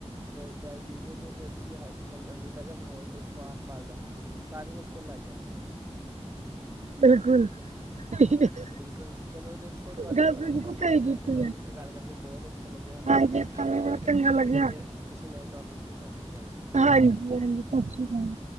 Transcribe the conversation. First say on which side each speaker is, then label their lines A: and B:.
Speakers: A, on the right; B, on the right.
A: ਬ ਬੈਠ ਡੀਜੇ ਤੇ ਫੇਰ ਤੁਸੀਂ ਹ ਹਲ ਹਲਕਾ ਜਿਹਾ ਮਾਹੌਲ ਦੇਖੋ ਆਸ- ਪਾਸ ਦਾ। ਸਾਰੇ ਨੱਚਣ ਲੱਗ ਜਾਣਗੇ।
B: ਬਿਲਕੁਲ <unintelligible>
A: ਬਿਲਕੁਲ ਚਲੋ ਦੇਖੋ ਤੁਹਾਡੇ
B: ਗੱਲ ਤਾਂ ਬਿਲਕੁਲ
A: ਨਾਲ ਮੈਨੂੰ
B: ਸਹੀ
A: ਮਿਊਜ਼ਿਕ
B: ਕੀਤੀ
A: ਦੇ ਟੋਪਿਕ
B: ਹੈ
A: ਤੇ ਗੱਲ ਕਰਕੇ ਬਹੁਤ। ਅੱਛਾ ਲੱਗਿਆ।
B: ਹਾਂਜੀ ਸਾਨੂੰ
A: ਫੇਰ
B: ਬੜਾ
A: ਕਦੀ
B: ਚੰਗਾ
A: ਕਰਾਂਗੇ
B: ਲੱਗਿਆ
A: ਕਿਸੇ ਨਏ ਟੋਪਿਕ ਤੇ ਸਤਿ ਸ਼੍ਰੀ ਅਕਾਲ ਜੀ।
B: ਹਾਂਜੀ ਹਾਂਜੀ ਸਤਿ ਸ਼੍ਰੀ ਅਕਾਲ।